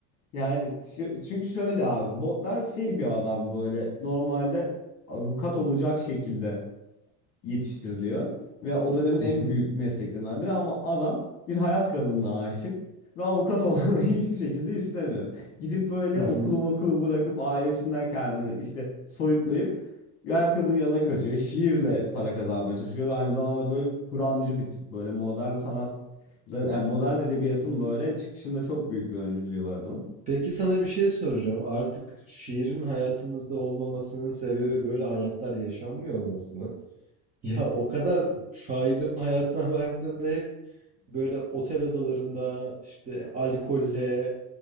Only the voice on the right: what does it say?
Hı hı.
Hı
hı.
Peki sana bir şey soracağım. Artık şiirin hayatımızda olmamasının sebebi böyle hayatlar yaşanmıyor olması mı? Ya o kadar şairlerin hayatına baktığında hep böyle otel odalarında işte alkolle